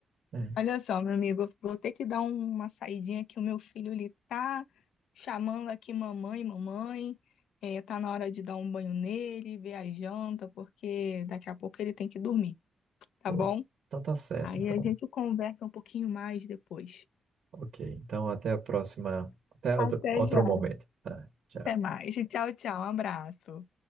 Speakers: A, on the right (about 70°); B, on the left (about 80°).
A: É,
B: Olha só, meu amigo, eu vou ter que dar uma saidinha que o meu filho ele tá chamando aqui mamãe, mamãe. É, tá na hora de dar um banho nele, ver a janta, porque daqui a pouco ele tem que dormir, tá
A: pois.
B: bom?
A: Então tá certo,
B: Aí
A: então.
B: a gente conversa um pouquinho mais depois.
A: Ok. Então até a próxima. Até outro,
B: Até
A: outro
B: já.
A: momento. Tá, tchau.
B: Até mais. Tchau, tchau. Um abraço.